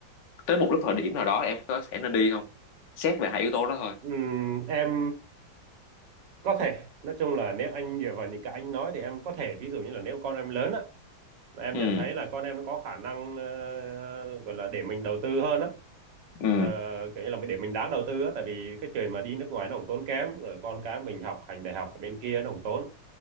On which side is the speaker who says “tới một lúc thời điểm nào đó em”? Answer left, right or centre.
Left